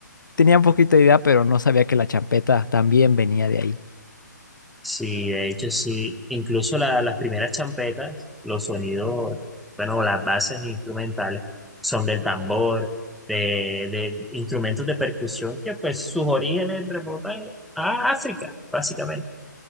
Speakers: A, on the left (about 80°); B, in the centre.
A: tenía un poquito de idea, pero no sabía que la champeta también venía de ahí.
B: Sí, de hecho sí, incluso la- las primeras champetas, los sonidos, bueno, las bases instrumentales son del tambor, de, de instrumentos de percusión que pues sus orígenes remontan a África, básicamente.